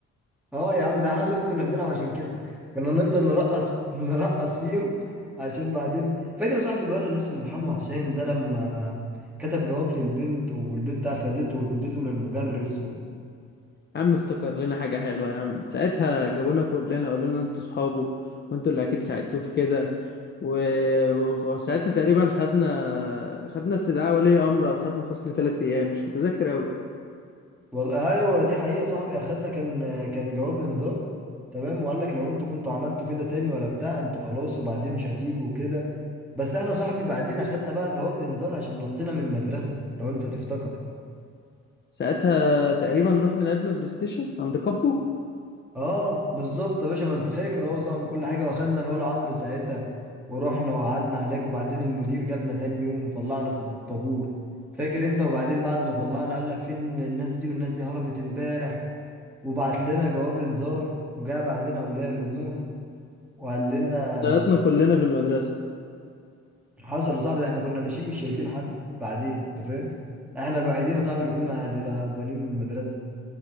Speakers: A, in the centre; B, on the left.
A: اه يا عم ده احنا اصلا كنا بنلعب عشان كده كنا نفضل نرقص نرقص فيهم عشان بعدين فاكر يا صاحبي الولد اللي اسمه محمد حسام ده لما كتب جواب للبنت والبنت اخدته واديته للمدرس
B: يا عم افتكر لنا حاجة حلوة يا عم ساعتها جابونا كلنا قالوا لنا انتوا صحابه وانتوا اللي اكيد ساعدتوه في كده و- وساعتها تقريبا خدنا خدنا استدعاء ولي امر او خدنا فصل ثلاث ايام مش متذكر اوي
A: والله ايوه دي حقيقه صاحبي اخدنا كان كان جواب انذار تمام وقال لك لو انتوا كنتوا عملتوا كده تاني ولا بتاع انتوا خلاص وبعدين مش هتيجوا وكده بس احنا صاحبي بعدين اخدنا بقى جواب انذار عشان نطينا من المدرسه لو انت تفتكر
B: ساعتها تقريبا رحنا لعبنا بلاي ستيشن عند كابو
A: اه بالظبط يا باشا ما انت فاكر اهو صاحبي كل حاجه واخدنا الولا عمرو ساعتها ورحنا وقعدنا هناك وبعدين المدير جابنا تاني يوم وطلعنا في الطابور فاكر انت وبعدين بعد ما طلعنا قال لك فين الناس دي والناس دي هربت امبارح وبعت لنا جواب انذار وجاء بعدين اولياء الامور وقال لنا
B: ضيعتنا كلنا في المدرسة
A: حصل يا صاحبي ده احنا كنا ماشيين مش شايفين حد بعدين انت فاهم احنا الوحيدين يا صاحبي اللي كنا هر- هربانين من المدرسه